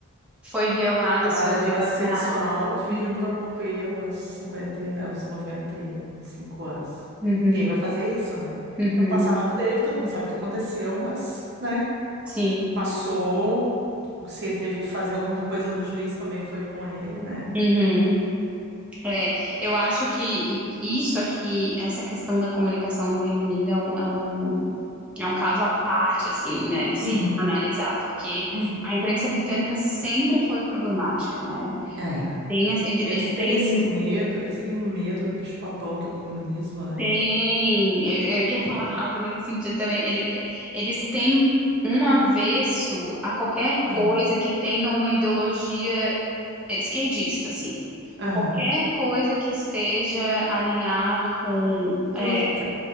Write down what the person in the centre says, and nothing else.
foi violada
a sua privacidade.
Uhum.
Uhum.
Uhum.
Sim.
Uhum. É, eu acho que isso aqui, essa questão da comunicação no Reino Unido é um, é um É um caso à parte, assim, né, de se
analisar, porque
a imprensa britânica sempre foi problemática, né?
Tem, as- ele,
ele tem,
tem, eu eu ia falar <laughs> algo nesse sentido também, ele, eles têm um avesso a qualquer coisa
que tenha uma ideologia eh, esquerdista, assim.
Qualquer coisa que esteja alinhado com,
é,